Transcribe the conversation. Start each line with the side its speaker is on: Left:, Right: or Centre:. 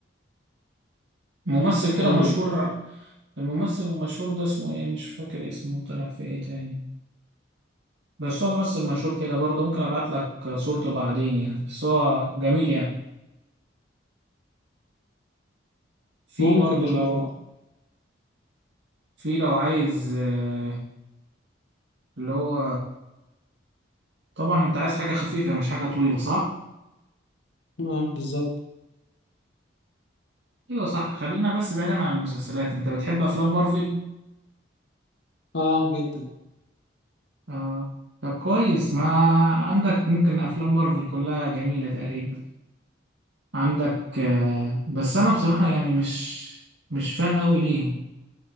Right: ممثل كده
Left: حلو
Right: مشهور الممثل المشهور ده اسمه ايه مش فاكر اسمه طلع في ايه تاني بس هو ممثل مشهور كده برضه ممكن ابعت لك صورته بعدين يعني بس هو جميل يعني في
Left: ممكن
Right: برضه
Left: اشوفه
Right: لو في لو عايز آه، اللي هو طبعا انت عايز حاجة خفيفة مش حاجة طويلة صح؟
Left: اه بالظبط
Right: ايوه صح خلينا بس بعيدا عن المسلسلات انت بتحب افلام مارفل؟
Left: اه جدا
Right: آه. طب كويس ما عندك ممكن افلام مارفل كلها جميلة تقريبا عندك آه. بس انا بصراحة يعني مش مش فان قوي ليهم